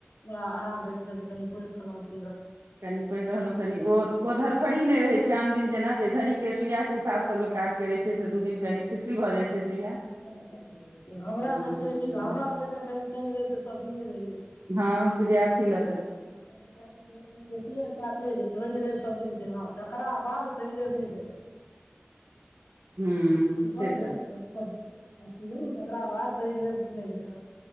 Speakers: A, on the left; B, on the right.
A: आराम भेट गेल तऽ कनि पढ़ि रहलहु।
B: कनि पड़ि रहलहुँ कनि ओ ओ धरफट नहि रहै छै आन दिन जेना जे घड़ी के सुइया के हिसाबसँ लोक काज करै छै से दू दिन कनि शिथििल भऽ जाइ छै। सुइया
A: हमरा
B: हँ
A: सबके की कह हमरा लेल तऽ एखन शनि रव ते सभदिने रहैए
B: हँ विद्यार्थी ल
A: आ जीनमे शनि रव सबदिन छै हँ तकरा बाद शनि रवि नहि भेटत।
B: हूँ
A: भ
B: से
A: जा।
B: तऽ
A: तकरा बाद स बेर नहि भेटल।